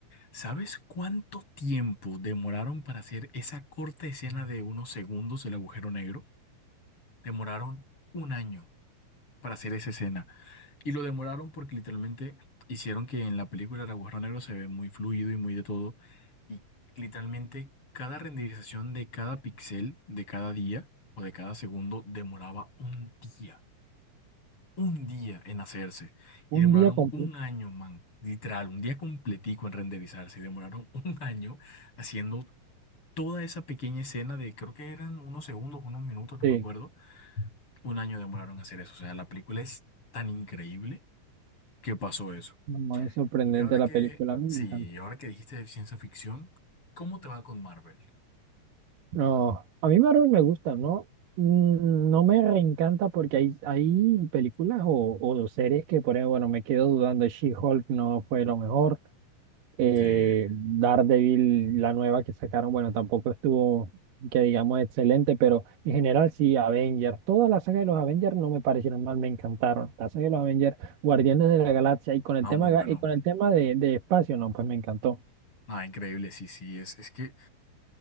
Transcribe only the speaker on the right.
Un
día completo.
Sí,
no, es sorprendente
la
película, a mí
me encanta.
No, a mí Marvel me gusta, ¿no? Mm, No me reencanta porque hay, hay películas o, o series que, por ejemplo, bueno, me quedo dudando. She-Hulk no fue lo mejor. Eh,
Daredevil, la nueva que sacaron, bueno, tampoco estuvo, que digamos, excelente, pero en general sí, Avengers. Toda la saga de los Avengers no me parecieron mal, me encantaron. La saga de los Avengers, Guardianes de la Galaxia, y con el
tema,
ga- y con el tema de, de espacio, no, pues me encantó.